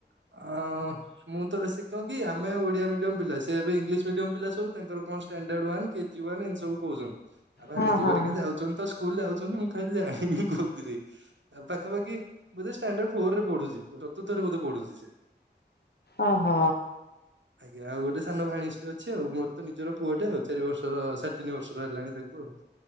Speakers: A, on the right (about 85°); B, on the left (about 60°).
A: ଅ ମୁଁ ତ ସେ କଣ କି ଆମେ ଓଡିଆ ମିଡିୟମ ପିଲା ସେ ଏବେ ଇଂଲିଶ ମିଡିୟମ ପିଲା ସବୁ ତାଙ୍କର କଣ ଷ୍ଟାନ ଷ୍ଟାଣ୍ଡାର୍ଡ ୱାନ୍ କେଜି ୱାନ୍ ଏନ୍ତି ସବୁ କହୁଛନ୍ତି ଭାଣିଜୀ
B: ହଁ ହଁ
A: ଘରିକା ଯାଉଛନ୍ତି ତ ସ୍କୁଲ ଆଉ। <unintelligible> ମୁଁ ଖାଲି ଜାଣିନି କୋଉଥିରେ ପାଖାପାଖି ବୋଧେ ଷ୍ଟାଣ୍ଡାର୍ଡ ଫୋର ରେ ପଢୁଛି ଚତୁର୍ଥରେ ବୋଧେ ପଢୁଛି ସେ।
B: ଅ ହ।
A: ଆଜ୍ଞା ଆଉ ଗୋଟେ ସାନ ଭାଣିଜୀଟେ ଅଛି ଆଉ ମୋର ତ ନିଜର ପୁଅଟେ ଆଉ। ଚାରି ବର୍ଷର ସାଢ଼ତିନି ବର୍ଷର ହେଲାଣି ତାକୁ ଆଉ